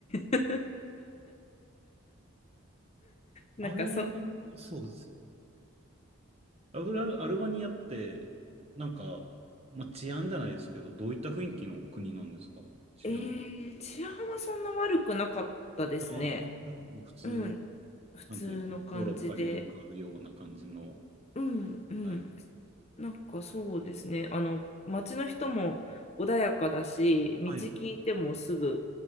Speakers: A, on the left; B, on the right.
A: た <laughs> なんかそ、
B: アルバニ、
A: うん
B: そうです。アルバアルバニアって、なんか、まあ、治安じゃないですけど、どういった雰囲気の国なんですか治安。
A: えー治安はそんな悪くなかったですね
B: ああ、はい。もう普通の、
A: うん普通の感じで
B: なんていうか、ヨーロッパによくあるような感じの、
A: うんうん。
B: みたい。
A: なんかそうですね。あの、街の人も穏やかだし、道聞いてもすぐ、
B: はい。